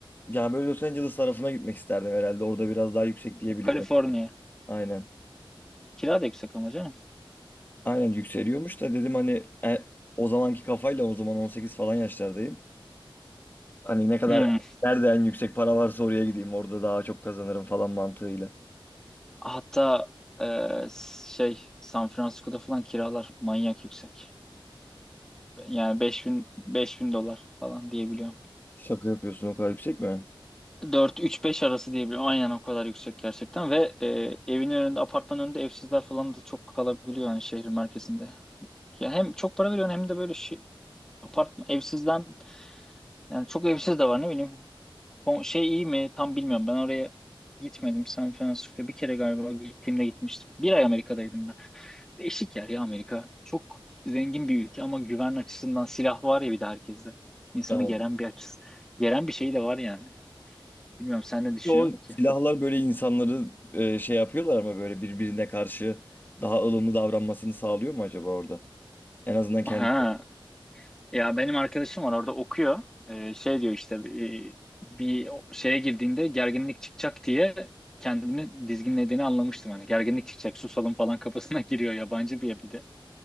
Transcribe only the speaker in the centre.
Kaliforniya.
Kira da yüksek ama canım.
Hmm.
Hatta e, şey San Francisco'da falan kiralar manyak yüksek. Yani beş bin beş bin dolar falan diyebiliyorum.
Dört 3 5 arası diyebiliyorum. Aynen o kadar yüksek gerçekten ve e, evinin önünde apartmanın önünde evsizler falan da çok kalabiliyor yani şehrin merkezinde. Ya hem çok para veriyorsun hem de böyle şey, apartman evsizden yani çok evsiz de var ne bileyim. O şey iyi mi tam bilmiyorum. Ben oraya gitmedim San Francisco. Bir kere galiba gittiğimde gitmiştim. Bir ay Amerika'daydım ben. Değişik yer ya Amerika. Çok zengin bir ülke ama güven açısından silah var ya bir de herkeste. İnsanı
geren bir açısı. Geren bir şey de var yani. Bilmiyorum sen ne düşünüyorsun
ki?
Ha, ya benim arkadaşım var orada okuyor. Ee, şey diyor işte e, bir şeye girdiğinde gerginlik çıkacak diye kendini dizginlediğini anlamıştım. Hani gerginlik çıkacak susalım falan kafasına <laughs> giriyor yabancı bir bir de.